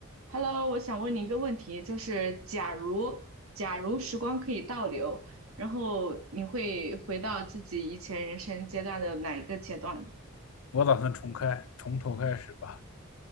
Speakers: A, on the right; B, on the left.
A: Hello，我想问你一个问题，就是假如假如时光可以倒流，然后你会回到自己以前人生阶段的哪一个阶段？
B: 我打算重开，从头开始吧。